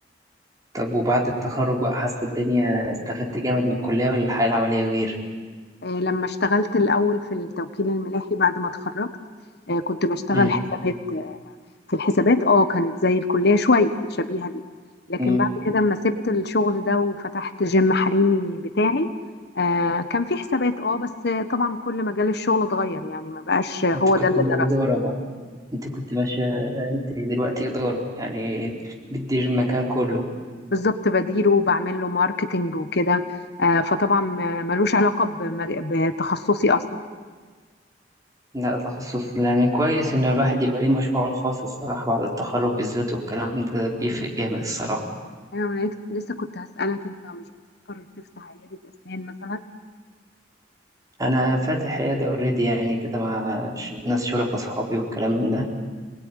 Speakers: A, on the right; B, on the left.
A: طب وبعد التخرج بقى حاسة الدنيا استفدت جامد من الكلية ولا الحياة العملية غير؟
B: آه لما اشتغلت الأول في التوكيل الملاحي بعد ما اتخرجت آه كنت بشتغل
A: مم.
B: حسابات في الحسابات اه كانت زي الكلية شوية شبيهة ليها لكن
A: مم.
B: بعد كده اما سبت الشغل ده وفتحت جيم حريمي بتاعي آه كان في حسابات اه بس طبعا كل مجال الشغل اتغير يعني ما بقاش هو
A: انت كنت
B: ده اللي درسه
A: إدارة بقى انت كنت ماشية انت دلوقتي إدارة يعني بتدير المكان كله
B: بالظبط بديره وبعمل له ماركتينج وكده آه فطبعا ما- ملوش علاقة بمج- بتخصصي اصلا
A: لا تخصص يعني كويس ان الواحد يبقى ليه مشروعه الخاص الصراحة بعد التخرج بالذات والكلام ده بيفرق جامد الصراحة
B: انا لسه كنت هسألك انت مش بتفكر تفتح عيادة اسنان مثلا
A: انا فاتح عيادة اوريدي يعني كده مع ش- ناس شركاء اصحابي والكلام من ده